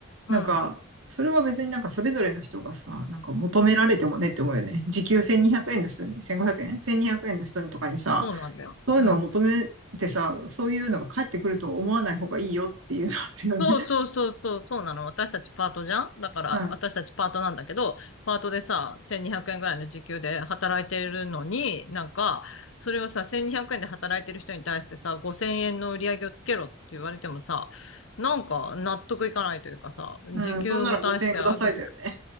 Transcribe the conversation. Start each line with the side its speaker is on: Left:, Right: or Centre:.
Right: なんか、
Left: うん、
Right: それは別になんかそれぞれの人がさ、なんか求められてもねって思うよね。時給1200円の人に、1500円 ?1200 円の人にとかにさ、
Left: そうなんだよ。
Right: そういうのを求めてさ、
Left: うん。
Right: そういうのが返ってくると思わない方がいいよっていうのあるよね。
Left: そうそうそうそう、そうなの。私たちパートじゃんだから、
Right: <laughs>
Left: 私たちパートなんだけど、パートでさ、1200円ぐらいの時給で働いてるのに、なんか、それをさ、1200円で働いてる人に対してさ、5000円の売り上げをつけろって言われてもさ、なんか納得いかないというかさ、
Right: うん。
Left: 時給も出してあげて、
Right: うん。そんなら5000円くださいだよね。